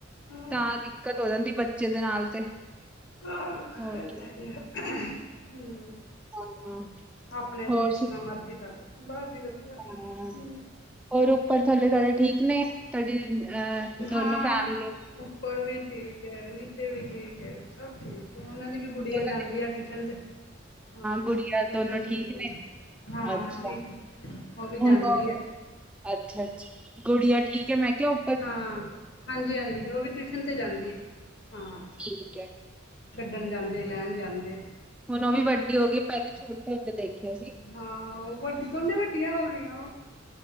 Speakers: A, on the left; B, in the centre.
A: ਹਾਂ
B: ਤਾਂ ਦਿੱਕਤ ਹੋ ਜਾਂਦੀ ਬੱਚੇ ਦੇ ਨਾਲ ਤੇ।
A: ਹਾਂ
B: ਹੋਰ
A: ਇਹ
B: ਕੀ
A: ਤਾਂ ਹੈ ਹੀ ਆ ਹੂੰ।
B: ਹਾਂ,
A: ਆਪਣੇ
B: ਹੋਰ
A: ਤੇ ਜਿਸ ਤਰ੍ਹਾਂ ਮਰਜੀ ਕਰੋ ਬਸ ਜੀ ਵਧੀਆ
B: ਸੁਣਾਓ?
A: ਹ।
B: ਹੋਰ ਉੱਪਰ ਥੱਲੇ ਤੁਹਾਡੇ ਠੀਕ ਨੇ ਤੁਹਾਡੀ ਅਹ ਦੋਨੋ
A: ਹਾਂ।
B: ਫੈਮਲੀ
A: ਉੱਪਰ ਵੀ ਠੀਕ ਏ, ਨੀਚੇ ਵੀ ਠੀਕ ਏ, ਸਭ ਠੀਕ। ਓਨਾਂ ਦੀ ਵੀ ਗੁੜੀਆ
B: ਦੋਨਾਂ
A: ਜਾਂਦੀ
B: ਦੀ
A: ਆ ਟਿਊਸ਼ਨ ਤੇ ਹਾਂ,
B: ਗੁੜੀਆ
A: ਟਿਊਸ਼ਨ
B: ਦੋਨੋ
A: ਤੇ
B: ਠੀਕ
A: ਜਾਂਦੀ
B: ਨੇ?
A: ਏ। ਹਾਂ,
B: ਅੱਛਾ,
A: ਠੀਕ ਏ ਉਹ ਵੀ ਜਾਂਦੀ
B: ਹੁਣ ਉਹ
A: ਏ।
B: ਅੱਛਾ-ਅੱਛਾ ਗੁੜੀਆ ਠੀਕ ਏ ਮੈਂ ਕਿਹਾ ਓ
A: ਹਾਂ। ਹਾਂਜੀ-ਹਾਂਜੀ ਓ ਵੀ ਟਿਊਸ਼ਨ ਤੇ ਜਾਂਦੀ ਏ, ਹਾਂ।
B: ਠੀਕ ਐ।
A: ਛੱਡਣ ਜਾਂਦੇ, ਲੈਣ ਜਾਂਦੇ।
B: ਹੁਣ ਓ ਵੀ ਵੱਡੀ ਹੋ ਗਈ, ਪੇਲੇ ਛੋਟੇ ਹੁੰਦੇ ਦੇਖਿਆ ਸੀ।
A: ਹਾਂ। ਵੱਡੀ ਦੋਨੋ ਵੱਡੀਆਂ ਹੋ ਗਈਆਂ ਵਾ।